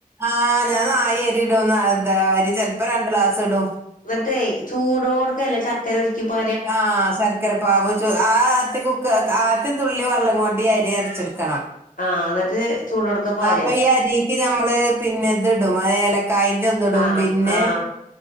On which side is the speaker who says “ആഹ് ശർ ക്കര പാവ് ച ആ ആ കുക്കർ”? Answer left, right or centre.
Right